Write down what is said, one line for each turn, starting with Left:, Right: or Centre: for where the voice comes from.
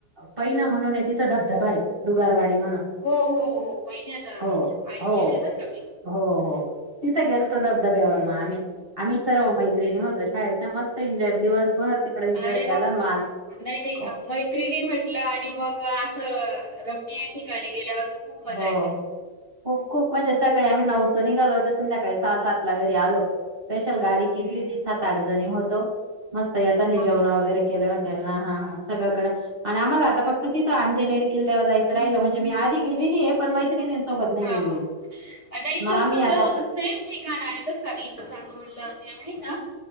Right: पैन म्हणून तिथं धब धबधबा आहे डुगारवाडी म्हणून
Left: हो हो हो पहि नाही आता
Right: हो
Left: ऐकलेले
Right: हो
Left: आता
Right: हो हो तिथे गेलतो धबधब्यावरती आम्ही आम्ही सर्व मैत्रिणी होतो शाळेच्या मस्त एन्जॉय दिवसभर तिकडे एन्जॉय
Left: अरे
Right: केला
Left: वा
Right: माल
Left: नाही नाही
Right: हो
Left: मैत्रिणी म्हटलं आणि मग असं रमणीय ठिकाणी गेल्यावर तर खूप मजा
Right: हो
Left: येते
Right: खूप खूप मजे सकाळी आम्ही नवचणी घालवत संध्याकाळी सहा सात ला घरी आलो स्पेशल गाडी केली होती सात आठ जणी होतो मस्त यातानी
Left: हा हा
Right: जेवण
Left: हा
Right: वगैरे केलं हॉटेल ना हा सगळकडं आणि आम्हाला आता फक्त तिथं नेर किल्यावर जायचं राहिलं म्हणजे आधी गेलेली आहे पण मैत्रिणींसोबत नाही
Left: हा
Right: गेलेली
Left: हा
Right: मग
Left: तसच
Right: आम्ही आता
Left: सेम ठिकाण आहे बरं का इ चांदवळलं आहे ना